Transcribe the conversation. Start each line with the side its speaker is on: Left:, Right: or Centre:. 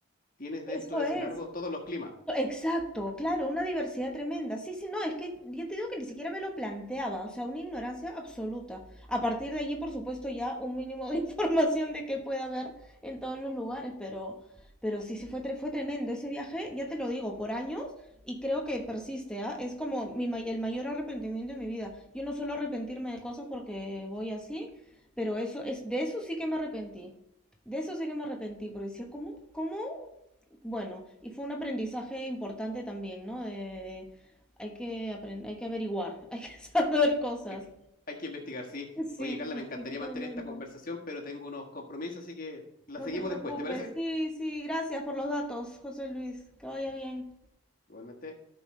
Left: tienes dentro
Centre: Eso
Left: de
Centre: es.
Left: ese largo todos los climas.
Centre: Exacto, claro, una diversidad tremenda. Sí, sí, no, es que ya te digo que ni siquiera me lo planteaba, o sea, una ignorancia absoluta. A partir de allí, por supuesto, ya un mínimo de <laughs> información de qué puede haber en todos los lugares, pero, pero sí, sí fue, tre- fue tremendo ese viaje, ya te lo digo, por años y creo que persiste, ¿ah? Es como mi, may- el mayor arrepentimiento de mi vida. Yo no suelo arrepentirme de cosas porque voy así, pero eso es, de eso sí que me arrepentí. De eso sí que me arrepentí, porque decía, ¿cómo, cómo bueno, y fue un aprendizaje importante también, ¿no? De, de- hay que aprender hay que averiguar, <laughs> hay que saber cosas.
Left: Hay, que- hay que investigar, sí.
Centre: Sí,
Left: Oye, Carla,
Centre: sí,
Left: me encantaría
Centre: sí, fue tremendo.
Left: mantener esta conversación, pero tengo unos compromisos, así que la
Centre: No
Left: seguimos
Centre: te preocupes.
Left: después, ¿te parece?
Centre: Sí, sí, gracias por los datos, José Luis. Que vaya bien.
Left: Igualmente.